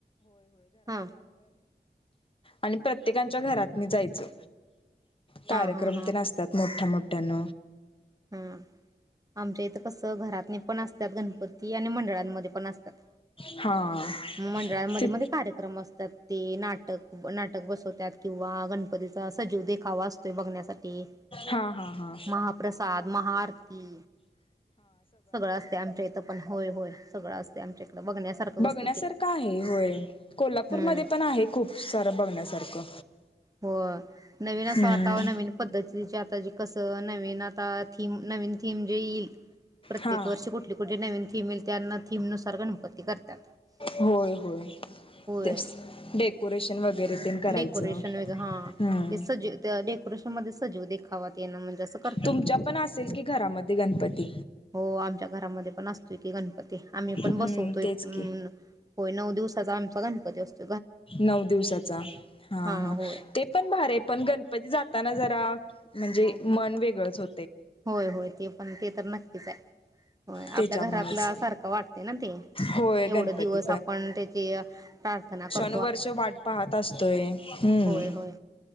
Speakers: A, on the right; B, on the left.
A: हां
B: आणि प्रत्येकच्या घरातनी जायचं कार्यक्रम
A: हां हां
B: ते नसतात मोठ्या मोठा कटण
A: हा आमच्या इथं कसं घरात पण असतात गणपती आणि मंडळांमध्ये पण असतात
B: हा
A: मंडळांमध्ये
B: ति
A: मध्ये कार्यक्रम असतात ते नाटक नाटक बसवतात किंवा गणपतीचा सजीव देखावा असतोय बघण्यासाठी
B: हा हा हा
A: महाप्रसाद महाआरती सगळं असते आमच्या इथं पण होय होय सगळं असते आमच्या इथं बघण्यासारखंच असत
B: ण्यासारख आहे होय कोप पूरमध्येध्ये
A: हम्म
B: पण आहे खूप सारं बघण्यासारखं
A: हो नवीन असं
B: हम्
A: आता नवीन पद्धतीचे आता जी कस नवीन आता थीम नवीन थीम जे येईल प्रत्येक
B: हा
A: वर्षी कुठले कुठले नवीन थमईल त्यांना थीम नुसार गणपत ते करतात.
B: होय होय.
A: होय,
B: तेच डेकोरेशन वगैरे तेन करायचं.
A: डेकोरेशन वगैरे, हा
B: हम्म.
A: ते सजव डेकोरेशन मध्ये सजव खावा तेणं म्हणजे असं करतात,
B: तुमच्या पण असेल की घरामध्ये गणपती?
A: हो आमच्या घरामध्ये पण असतो की गणपती. ते आम्ही पण
B: हम्म
A: बसवतोय
B: तेच की.
A: अ होय नऊ दिवसाचा आ मचा गणपती असतोय.
B: नऊ दिवसाचा हां
A: हा
B: हां
A: होय
B: ते पण भारी आहे पण गणपती जा ताना जरा म्हणजे मन वेगळंच हो
A: होय होय ते पण ते तर नक्कीच आहे, होय
B: त्याच्यामुळेच
A: आपल्या घरातला सारखं वाटते ना ते
B: होय
A: एवढं
B: गणपती
A: दिवस आपण त्याची प्रार्थना कर
B: वर्ष वाट पाहत असतोय हम्म
A: होय होय